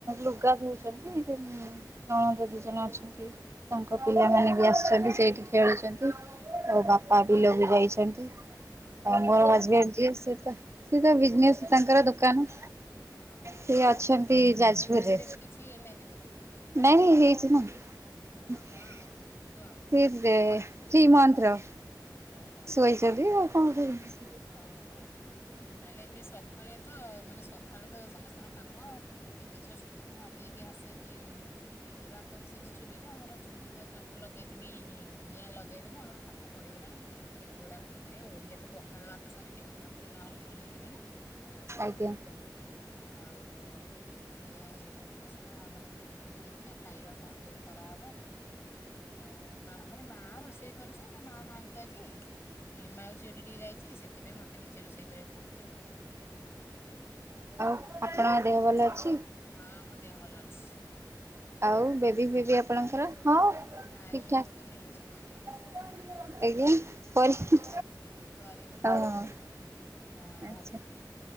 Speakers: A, on the right; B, on the left.
A: ଲୁଗା ଧଉଛନ୍ତି। ନଣଦ ଦି ଜଣ ଅଛ ନ୍ତି। ତାଙ୍କ ପିଲାମାନେ ବି ଆସିଛନ୍ତି। ସେଇଠି ଖେଳୁଛନ୍ତି। ମୋ
B: ଅ
A: ବାପା ବିଲକୁ ଯାଇଛନ୍ତି। ଆଉ ମୋର ହଜବେଣ୍ଡ ଯିଏ, ସେ ତ ସିଏତା ବିଜନେସ୍ ତାଙ୍କର ଦୋକାନ।
B: ଅ ହ,
A: ସେ
B: ଆଉ
A: ଅଛନ୍ତି ଯାଜପୁରରେ।
B: ବେବି ଫେବି କିଛି ହେଇନାହାଁନ୍ତି ବୋଧେ?
A: ନାଇଁ ନାଇଁ ହେଇଛି ନା।
B: ଓହୋ
A: ସେ
B: କଣ ପୁଅ
A: ଯେ ଥ୍ରୀ ମଂଥର।
B: ଓହୋ
A: ଶୋଇଚନ୍ତି, ଆଉ କଣ କରିବ?
B: ଓହୋ! ତାହେଲେ ଏବେ ସଖାଳେ ତ ମାନେ ସକାଳେ ତ ସମସ୍ତଙ୍କର କାମ ଅ। ଏବେ ଜଷ୍ଟ ତ ମୁଁ ଗାଧେଇକି ଆସିକି, ଏଇ ବା ଭାତ ବସେଇଛିି ଚୁଲିରେ। ଆମର ଚୁଲି ତ କାଠ ଲଗେଇଦେଲି-ଇ, ନିଆଁ ଲଗେଇଦେଲି ଆମର କାଠ ପଡିଗଲାଣି। ଟିକେ ପୋଡା ପୋଡି କରିଆ, ଓଡିଆ ତ ପ ଖାଳ ଭାତ ସାଙ୍ଗେ ଟିକେ ପୋଡାପୋଡି ନହେଲେ ଭଲ ଲାଗିବନି।
A: ଆଜ୍ଞା।
B: ଆଉ-ଉଁ, ସେଇଆ ଇଏ କରୁଥିଲେ ସେଇଟା ମାନେ ପୋଡିକି ଟିକେ ଦେଖିବା ଖାଇବା କଣ ଟିକେ କରାହବ। ହଁ ଅଁ। ମାଁ ମାନେ, ମାଁ ରୋଷେଇ କରେ ଯେ ମୋ ମାଁ ନାହିଁ ତ ଆଜି। ମାଉସି ଘଠି ଟିକେ ଯାଇ ସେଥିପାଇଁ ମତେ ନିଜେ ରୋଷେଇ କରିବାକୁ ପଡୁଛି ଆଉ।
A: ଆଉ, ଆପଣଙ୍କ ଦେହ ଭଲ ଅଛି?
B: ହଁ, ମୋ ଦେହ ଭଲ ଅଛି।
A: ଆଉ ବେବି ଫେବି ଆପଣଙ୍କର, ହଁ
B: ନାଇଁ
A: ଠିକ୍ ଠାକ୍।
B: ମୁଁ ତ ମ୍ୟାରେଜ କରିନି
A: ଆଜ୍ଞା। କଲ୍ ହଁ
B: ମ୍ୟାରେଜ କରିନି
A: ଆଛା।
B: ହଁ